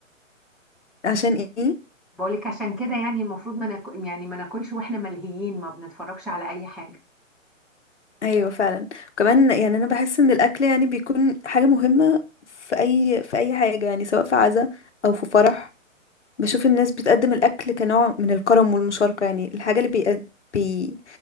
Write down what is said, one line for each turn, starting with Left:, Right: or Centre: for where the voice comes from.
Left: عشان ايه
Centre: بقولك عشان كده يعني المفروض ما ناكل يعني ما ناكلش واحنا ملهيين ما بنتفرجش على اي حاجه
Left: ايوه فعلا وكمان يعني انا بحس ان الاكل يعني بيكون حاجه مهمه في اي في اي حاجه يعني سواء في عزا او في فرح بشوف الناس بتقدم الاكل كنوع من الكرم والمشاركه يعني الحاجه اللي بيقد... بي...